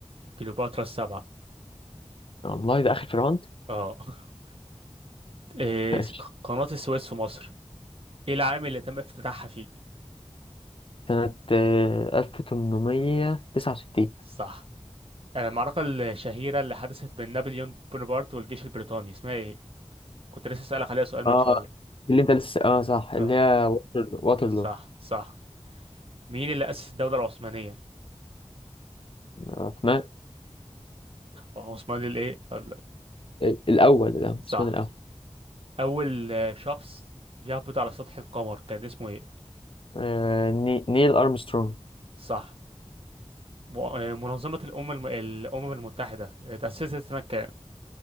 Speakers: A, on the right; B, on the left.
A: كليوباترا السبعة
B: والله ده آخر فرعون
A: اه <laughs> إيه،
B: ماشي
A: قناة السويس في مصر ايه العام اللي تم افتتاحها فيه؟
B: سنة آه، ألف تمنمية تسعة وستين
A: صح آه، المعركة الشهيرة اللي حدثت بين نابليون بونابرت والجيش البريطاني اسمها ايه؟ كنت لسه اسألك عليها سؤال من
B: اه
A: شوية
B: اللي انت لسه اه صح اللي
A: اه
B: هي واتر- واترلو
A: صح صح مين اللي أسس الدولة العثمانية؟
B: عثمان
A: عثماني الايه؟ أقول لك.
B: الأول ده
A: صح
B: عثمان الأول
A: أول آه، شخص يهبط على سطح القمر كان اسمه ايه؟
B: آه، ني- نيل أرمسترونج
A: صح م- آه، منظمة الأمم الم... الأمم المتحدة اتأسست سنة كام؟